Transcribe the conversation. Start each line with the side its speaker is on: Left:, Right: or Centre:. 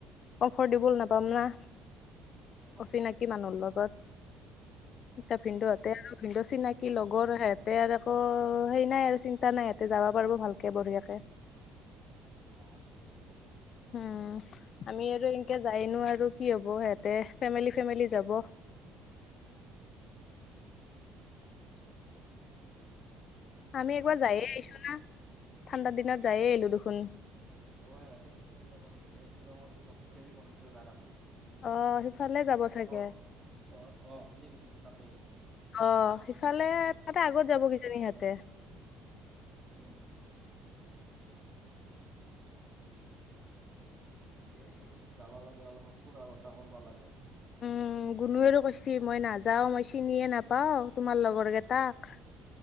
Left: কম্ফটেবুল নাপাম না
Right: অ
Left: অচিনাকি মানুহ লগত। এ
Right: সেইটো
Left: ভিনদুহতে
Right: হয়
Left: আৰু ভিনদু চিনাকি লগৰ সেহঁতে আৰু আকৌ সেই নাই আৰু চিন্তা নাই ইহতে যাব পাৰব ভালকে বঢ়িয়াকে
Right: অ ঠিকেই আছে দে
Left: উম। আমি আৰু এনেকে যায়নো আৰু কি হব হেতে ফেমিলি ফেমিলি যাব
Right: উম ঠিকে
Left: আমি
Right: আছে
Left: একবাৰ
Right: দে
Left: যায়ে আহিছো না ঠাণ্ডা দিনত যায়ে আহিলো দেখোন
Right: অ হে হতে সেইখিনি যাব নিকি এই শ্বিলঙৰ যি নতুনকে যি বনছি যে জাগাটো
Left: অ', সিফালে যাব চাগে।
Right: অ তহঁত তহঁত যি গিছিলি তাতে
Left: অ', সিফালে তাতে
Right: উম,
Left: আগত যাব কি জানি সিহতে।
Right: উম ঠিকে আছে দে যাবা লাগে অলপমান ফুৰা বতাহ কৰবা লাগে
Left: উম, গুনুয় আৰু কৈছি মই নাযাও মই চিনিয়ে নাপাও তোমাৰ লগৰ গেতাক।